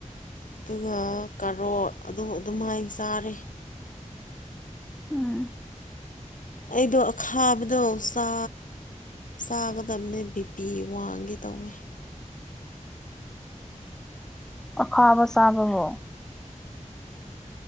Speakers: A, on the left; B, in the centre.
A: ꯑꯗꯨꯒ ꯀꯔꯣꯔ ꯑꯗꯨ ꯑꯗꯨꯝꯍꯥꯏꯅ ꯆꯥꯔꯦ
B: ꯎꯝ
A: ꯑꯩꯗꯣ ꯑꯈꯥꯕꯗꯣ <unintelligible> ꯆꯥ ꯆꯥꯒꯗꯕꯅꯦ ꯕꯤ ꯄꯤ ꯋꯥꯡꯒꯤ ꯇꯧꯋꯦ
B: ꯑꯈꯥꯕ ꯆꯥꯕꯕꯨꯣ